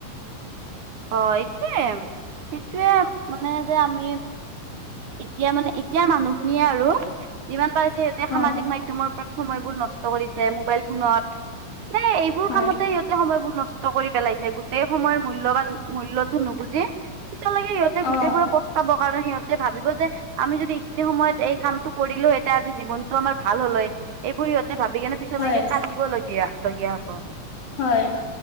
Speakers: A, on the right; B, on the left.
A: অ', এইটোৱে এইটোৱে মানে যে আমি এতিয়া মানে এতিয়া মানুহখিনিয়ে আৰু, যিমান পাৰিছে সিহঁতে
B: অ
A: সামাজিক মাধ <unintelligible> প্ৰথম সময়বোৰ নষ্ট কৰিছে মোবাইল ফোনত, মানে এইবোৰ
B: হয়
A: কামতে সিহঁতে সময়বোৰ নষ্ট। নষ্ট কৰি পেলাইছে গোটেই সময়ৰ মূল্যবান মূল্যটো নুবুজি, পিছলৈকে সিহঁতে
B: অ
A: গোটেইবোৰে পচ পাব কাৰণে সিহঁত তে ভাবিব যে আমি যদি এইখিনি সময়ত এই কামটো কৰিলো এতিয়া আজি জীৱনতটো আমাৰ ভাল হ'ল হয়। এইবোৰ সিহঁতে ভাবি কেনে পিছলৈকে
B: হয়
A: কান্দিব লগীয়া লগগীয়া হ'ব।
B: হয়,